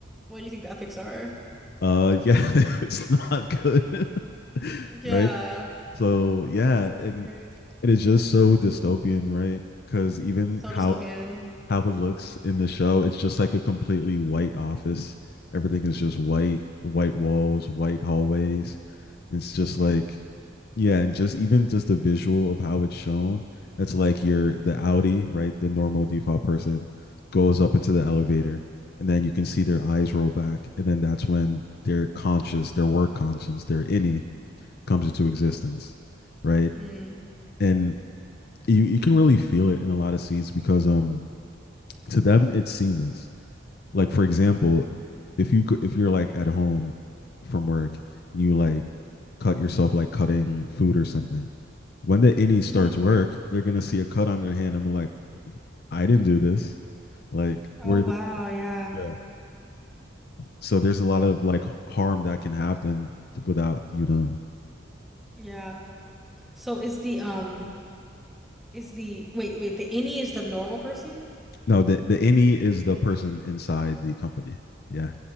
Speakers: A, in the centre; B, on the left.
A: what do you think the ethics are?
B: Uh yeah, <laughs> it's not good. <laughs>
A: Yeah,
B: right? So, yeah,
A: it doesn't
B: and
A: sound great.
B: and it's just so dystopian, right? Cuz even
A: So
B: how
A: dystopian.
B: how it looks in
A: Yeah.
B: the show, it's just like a completely white office. Everything is just white, white walls, white hallways. It's just
A: Mm-hmm.
B: like yeah and just even just the visual of how it's shown it's like you're the audi right the normal default person goes up into the elevator and then you can see their eyes roll back and then that's when their conscious their work conscience their innie comes into existence right
A: Mm.
B: and you, you can really feel it in a lot of scenes because um to them it's seamless like for example if you if you're like at home from work and you like cut yourself like cutting food or something. When the innie starts
A: hmm
B: work, they're gonna see a cut on their hand and be like, I didn't do this. Like
A: Oh
B: where
A: wow,
B: the
A: yeah.
B: yeah. So there's a lot of like harm that can happen without you knowing.
A: Yeah. So is the um is the wait, wait, the any is the normal person?
B: No, the the innie is the person inside the company. Yeah.